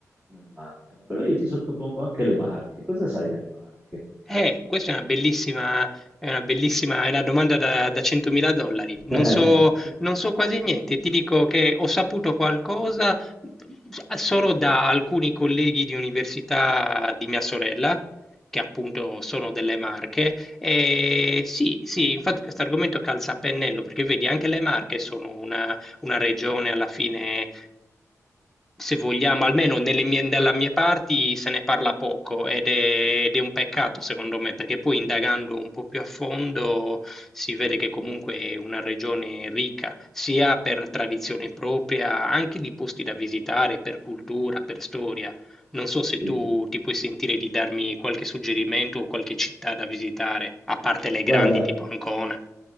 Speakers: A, on the right; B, in the centre.
A: non mancano. Però io ti sottopongo anche le Marche. Cosa sai delle Marche?
B: Eh, questa è una bellissima, è una bellissima, è una domanda da, da 100.000 dollari. Non
A: <laughs>
B: so, non so quasi niente, ti dico che ho saputo qualcosa solo da alcuni colleghi di università di mia sorella, che appunto sono
A: Mh-mh.
B: delle Marche. E sì, sì, infatti questo argomento calza a pennello, perché vedi, anche le Marche sono una, una regione alla fine se vogliamo, almeno nelle mie, nella mia parte se ne parla poco ed è, ed è un peccato secondo me, perché poi indagando un po' più a fondo si vede che comunque è una regione ricca, sia per tradizione propria, anche di posti da visitare, per cultura, per storia. Non so se
A: Sì.
B: tu ti puoi sentire di darmi qualche suggerimento o qualche città da visitare, a parte le
A: Guarda
B: grandi tipo Ancona.